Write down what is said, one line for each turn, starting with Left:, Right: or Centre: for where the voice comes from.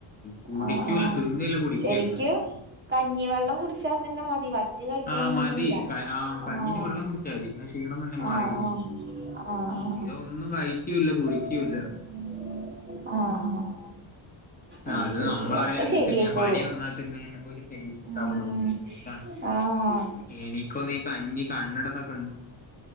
Left: കുടിക്കൂല
Right: ആഹ് ആഹ്
Left: തിന്നല്ല കുടിക്കല്ലേ
Right: ശരിക്ക്
Left: മര്യാദിക്ക്
Right: കഞ്ഞിവെള്ളം കുടിച്ചാ തന്നെ മതി വറ്റ് കഴിക്കണംന്നൊന്നുല്ല
Left: ആഹ് മതി ക ആ കഞ്ഞിന്റെ
Right: ആഹ്
Left: വെള്ളം കുടിച്ചാൽ മതി ആ ക്ഷീണം തന്നെ മാറി
Right: ആഹ്
Left: കിട്ടും
Right: ആഹ് ആഹ്
Left: ഉള്ളത് ഒന്നും കഴിക്കൂല്ല
Right: ആഹ്
Left: കുടിക്കൂല്ല
Right: ആഹ് ആഹ്
Left: ആഹ് അത്
Right: ശരി
Left: നമ്മളായാലും
Right: ഒക്കെ
Left: അങ്ങനെ
Right: ശരിയായിക്കോളും
Left: തന്നെയ പനി വന്നാൽ പിന്നെ ഒരു ടേസ്റ്റ് ഇണ്ടാവൂല
Right: ഉം
Left: ഉള്ളിൽ അതോണ്ടാണ്
Right: ആഹ്
Left: എനിക്കൊന്നും ഈ കഞ്ഞി കണ്ണെടുത്താ കണ്ടൂടാ